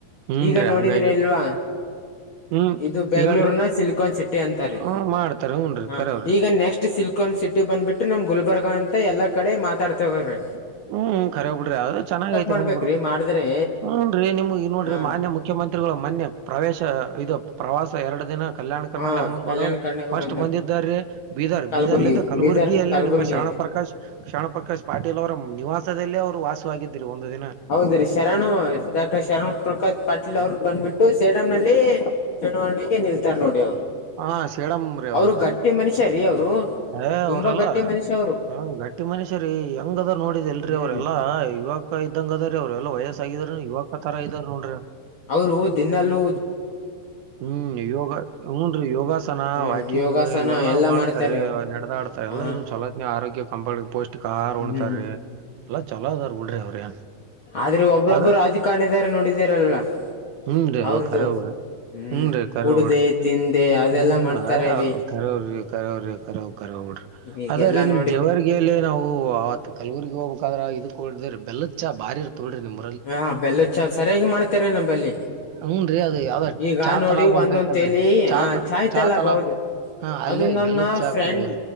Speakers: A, on the right (about 85°); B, on the left (about 70°).
A: ಹ್ಞೂನ್ರಿ
B: ಈಗ ನೋಡಿದ್ರಿ
A: ಹಂಗಾಗಿ
B: ಅಲ್ವಾ
A: ಹ್ಮ್
B: ಇದು ಬೆಂಗಳೂರ್ನ
A: ಹೇಳ್ರಿ
B: ಸಿಲ್ಕ್ ಕಾನ್ ಸಿಟಿ ಅಂತಾರೆ
A: ಹ್ಮ್ ಮಾಡ್ತಾರ ಹ್ಞೂನ್ರಿ
B: ಹ
A: ಖರೆ ಅವ್ರಿ
B: ಈಗ ನೆಕ್ಸ್ಟ್ ಸಿಲ್ಕಾನ್ ಸಿಟಿ ಬಂದ್ಬಿಟ್ಟು ನಮ್ ಗುಲ್ಬರ್ಗ ಅಂತ ಎಲ್ಲಾ ಕಡೆ ಮಾತಾಡ್ತವರೆ.
A: ಹ್ಮ್ಖರಿ ಕರೆ ಬುಡ್ರಿ ಅದುನು ಚೆನ್ನಾಗ ಐತ್ರಿ
B: ಮಾಡ್ಬೇಕ್ರಿ
A: ನಮ್ ಗುರು
B: ಮಾಡಿದ್ರೆ
A: ಹ್ಮ್ ರಿ ನಿಮ್ಗ ಇಲ್ ನೋಡ್ರಿ
B: ಹಾ
A: ಮಾನ್ಯ ಮು ಮುಖ್ಯಮಂತ್ರಿಗಳು ಮನ್ನೆ ಪ್ರವೇಶ ಇದು ಪ್ರವಾಸ ಎರಡು ದಿನ ಕಲ್ಯಾಣ ಕರ್ನಾಟಕ
B: ಹಾ
A: ಹಮ್ಮಿ
B: ಕಲ್ಯಾಣ
A: ಕೊಡು
B: ಕರ್ನಾಟಕ
A: ಫಸ್ಟ್
B: ಬಂದ
A: ಬಂದಿದ್ದಾರಿ ಬೀದರ್
B: ಕಲಬುರ್ಗಿ
A: ಲಿಂದ ಕಲಬುರ್ಗಿಯಲ್ಲೇ
B: ಬೀದರ್ ಕಲಬುರ್ಗಿ
A: ನಿಮ್ಮ ಶರಣ ಪ್ರಕಾಶ್ ಶರಣ್ ಪ್ರಕಾಶ್ ಪಾಟೀಲ್ ಅವರ ನಿವಾಸದಲ್ಲೇ ಅವ್ರು ವಾಸವಾಗಿದ್ದುರಿ ಒಂದು ದಿನ.
B: ಹೌದ್ರೀ ಶರಣ ಡಾಕ್ಟರ್ ಶರಣ್ ಪ್ರಕಾಶ್ ಪಾಟೀಲ್ ಅವ್ರ ಬಂದ್ಬಿಟ್ಟು ಸೇಡಂ ನಲ್ಲಿ. ಚುನಾವಣೆಗೆ ನಿಲ್ತಾರ ನೋಡಿ ಅವ್ರು
A: ಹಾ ಸೇಡಂ ರೀ ಅವ್ರದು
B: ಅವ್ರು ಗಟ್ಟಿ ಮನುಷ್ಯ ರೀ ಅವರು.
A: ಏ
B: ತುಂಬಾ
A: ಅವರೆಲ್ಲಾ.
B: ಗಟ್ಟಿ ಮನುಷ್ಯ
A: ಹ್ಮ ಗಟ್ಟಿ ಮನಷರಿ ಹೆಂಗದರ್ ನೋಡಿದೀಲ್ರಿ
B: ಹ್ಮ್
A: ಅವ್ರೆಲ್ಲಾ ಇವಾಗ ಯುವಕ ಇದ್ದಂಗ ಅದ ರೀ ಅವ್ರ ಎಲ್ಲ ವಯಸ್ಸ ಆಗಿದ್ರು ಯುವಕ ತರ ಇದ್ದಾರ ನೋಡ್ರಿ.
B: ಅವ್ರು ದಿನಾಲು
A: ಹ್ಮ್ ಯೋಗ ಹ್ನ್ ರೀ ಯೋಗಾಸನ
B: ಹ
A: ವಾಕಿಂಗ್
B: ಯೋಗಾಸನ
A: ಇವೆಲ್ಲಾ
B: ಎಲ್ಲಾ
A: ಮಾಡ್ತಾರೀ
B: ಮಾಡ್ತಾರೆ ಅವ್ರು
A: ನಡದಾಡ್ತ ಇಂತವೆಲ್ಲ
B: ಹಾ
A: ಇದು ಚಲೋತ್ನ ಆರೋಗ್ಯ ಕಂಪ ಪೌಷ್ಟಿಕ ಆಹಾರ
B: ಹ್ಮ್
A: ಉಣತಾರಿ. ಎಲ್ಲಾ ಚಲೋದಾರ ಬಿಡ್ರಿ ಅವ್ರ ಏನ್.
B: ಆದ್ರೆ ಒಬ್ರೊಬ್ಬರು
A: ಅದ
B: ರಾಜಕಾರಣಿದಾರ ನೋಡಿದೀರಲ್ವಾ
A: ಹ್ಮ್ ರೀ
B: ಅವ್ರದು
A: ಅವ ಕರೆವರಿ <unintelligible>
B: ಹ್ಮ್
A: ಹ್ಮ ರೀ ಕರೆಬುಡ್ರಿ
B: ಕುಡ್ದೆ ತಿಂದೆ ಅದೆಲ್ಲಾ
A: ಹ್ಮ್
B: ಮಾಡ್ತಾರೆ
A: ಆ ಏ
B: ರೀ
A: ಕರೇವ್ರಿ ಕರೆವ್ರಿ ಕರೆವ್ ಕರೆವ್ ಬಿಡ್ರಿ.
B: ಈಗೆಲ್ಲಾನು.
A: ಅದ ರೀ ಜೇವರ್ಗಿಯಲ್ಲಿ ನಾವು ಅವತ್ ಕಲಬುರ್ಗಿಗ ಹೋಗ್ಬೇಕಾದ್ರ ಇದು ಕುಡುದುವ್ರಿ ಬೆಲ್ಲದ ಚಾ ಬಾರಿ ಇರ್ತದ ಬಿಡ್ರಿ ನಿಮ್
B: ಹ ಬೆಲ್ಲುದ ಚಾ ಸರಿಯಾಗಿ ಮಾಡ್ತಾರಿ ನಂಬಲ್ಲಿ
A: ಹ್ಞೂನ್ರಿ ಅದು ಯಾವ್ದೋ
B: ಈಗ ಈಗ
A: ಚಾ
B: ನೋಡಿ
A: ತಲಾಬ್
B: ಒಂದೊಂದ್
A: ಅಂತ ಐತಲ್ರಿ
B: ತೇಲಿ
A: ಚಾ ಚಾ
B: ಆ
A: ತ
B: ಚಾಯಿಯ್ತಲ್ಲ
A: ಚಾ ತಲಾಬ್
B: ಬೌದು <unintelligible>
A: ಹಾ ಅಲ್ಲೇ
B: ಅದು ನನ್ನ
A: ಬೆಲ್ಲದ್ ಚಾ
B: ಫ್ರೆಂಡ್
A: ಕುಡಿದೇವ್ರಿ.